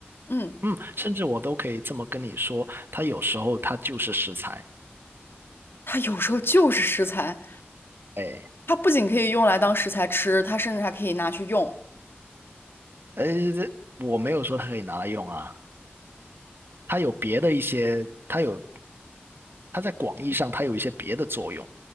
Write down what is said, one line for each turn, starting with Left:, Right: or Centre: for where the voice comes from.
Left: 嗯，
Right: 嗯，甚至我都可以这么跟你说，他有时候他就是食材，
Left: 它有时候就是食材，
Right: 哎，
Left: 它不仅可以用来当食材吃，它甚至还可以拿去用。
Right: 呃，我没有说它可以拿来用啊，它有别的一些，它有，它在广义上它有一些别的作用，